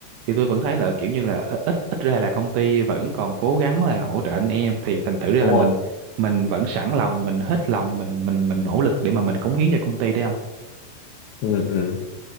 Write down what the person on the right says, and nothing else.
thì tôi vẫn thấy là kiểu như là ít ít ít ra là công ty vẫn còn cố gắng là hỗ trợ anh em thì thành thử ra
là mình
mình vẫn sẵn lòng mình hết lòng mình mình mình nỗ lực để mà mình cống hiến cho công ty đấy không